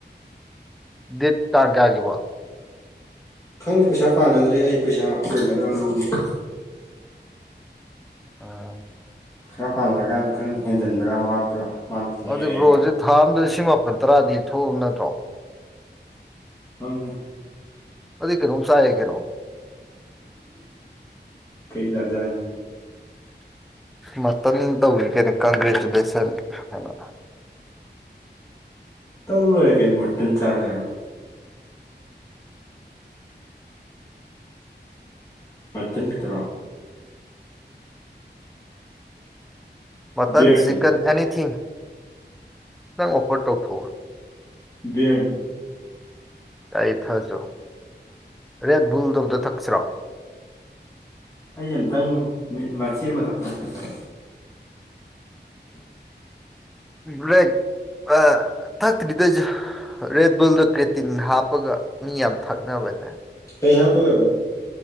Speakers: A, in the centre; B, on the left (about 15°).
A: ꯗꯠ ꯇꯥꯡ ꯀꯌꯥꯒꯤꯕꯨ
B: ꯈꯪꯗꯦ ꯄꯩꯁꯥ ꯄꯥꯟꯅꯗ꯭ꯔꯤ ꯑꯩ ꯄꯩꯁꯥ ꯆꯤꯜꯂ ꯀꯥꯟꯗ ꯂꯧꯒ‌ꯦꯅꯥ
A: ꯑꯥ
B: ꯄꯩꯁꯥ ꯄꯥꯅꯥꯔꯀꯥꯟꯗ ꯈꯪꯅꯤ ꯍꯦꯟꯖꯟꯕ꯭ꯔꯥ ꯋꯥꯠꯄ꯭ꯔꯥ ꯃꯥꯅ ꯄꯤꯊꯣꯛꯅꯤꯡꯉꯥꯏ
A: ꯑꯗꯨ
B: ꯂꯩꯕ꯭ꯔꯥ
A: ꯕ꯭ꯔꯣꯁꯦ ꯊꯥ ꯑꯝꯗ ꯂꯤꯁꯤꯡ ꯃꯥꯄꯜ ꯇꯔꯥꯗꯤ ꯊꯣꯛꯑꯕ ꯅꯠꯇ꯭ꯔꯣ
B: ꯑꯪ
A: ꯑꯗꯨꯗꯤ ꯀꯩꯅꯣꯝ ꯆꯥ ꯌꯥꯏ ꯀꯩꯅꯣ
B: ꯀꯩ ꯆꯖ ꯍꯥꯏꯅꯣ
A: ꯃꯇꯝ ꯇꯧꯈꯤ ꯀꯩꯅꯣ ꯀꯪꯒ꯭ꯔꯦꯆꯨꯂꯦꯁꯟ ꯍꯥꯏꯅ
B: ꯇꯧ ꯂꯣꯏꯔꯦ ꯀꯩꯅꯩꯅꯣ ꯃꯇꯝꯟ ꯆꯥꯖꯥꯔꯅ ꯃꯠꯇꯟ ꯈꯈꯤꯇꯔꯣ
A: ꯃꯇꯟ
B: ꯕꯤꯌꯔꯗꯤ
A: ꯆꯤꯛꯀꯟ ꯑꯦꯅꯤꯊꯤꯡ ꯅꯪ ꯑꯣꯐꯔ ꯇꯧꯊꯣꯛꯎ
B: ꯕꯤ
A: ꯑꯩ ꯊꯥꯁꯨ ꯔꯦꯠ ꯕꯨꯜꯗꯣ ꯑꯝꯇ ꯊꯛꯁꯤꯔꯣ
B: ꯑꯩ ꯑꯃꯨꯇꯪ ꯃꯆꯦ ꯃꯊꯛꯛꯇ ꯊꯆꯦ
A: ꯭ꯂ ꯑ <unintelligible> ꯊꯛꯇ꯭ꯔꯤꯗꯁꯨ ꯔꯦꯠ ꯕꯜꯗ ꯀ꯭ꯔꯦꯇꯤꯟ ꯍꯥꯞꯄꯒ ꯃꯤ ꯌꯥꯝ ꯊꯛꯅꯕꯅꯦ
B: ꯑꯩ ꯍꯥꯞꯄꯒꯕ